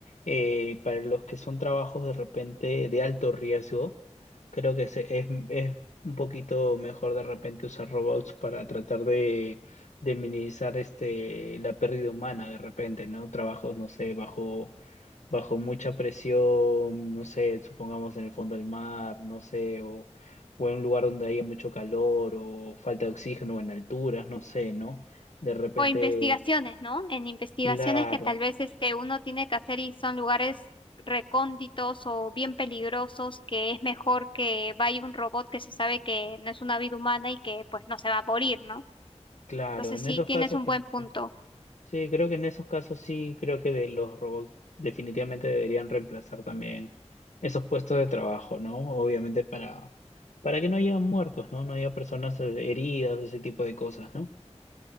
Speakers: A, on the left (about 80°); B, on the left (about 45°).
A: Eh, para los que son trabajos de repente de alto riesgo, creo que se- es, es un poquito mejor de repente usar robots para tratar de, de minimizar este, la pérdida humana de repente, ¿no? Trabajos, no sé, bajo bajo mucha presión, no sé, supongamos en el fondo del mar, no sé, o, o en un lugar donde haya mucho calor o falta de oxígeno en alturas, no sé, ¿no? De repente,
B: O investigaciones, ¿no? En investigaciones
A: claro,
B: que tal vez este uno tiene que hacer y son lugares recónditos o bien peligrosos, que es mejor que vaya un robot que se sabe que no es una vida humana y que pues no se va a morir, ¿no?
A: claro,
B: Entonces
A: en
B: sí,
A: esos
B: tienes
A: casos,
B: un
A: cre-
B: buen punto.
A: sí, creo que en esos casos sí, creo que de los robots definitivamente deberían reemplazar también esos puestos de trabajo, ¿no? Obviamente para, para que no haya muertos, ¿no? No haya personas eh, heridas, ese tipo de cosas, ¿no?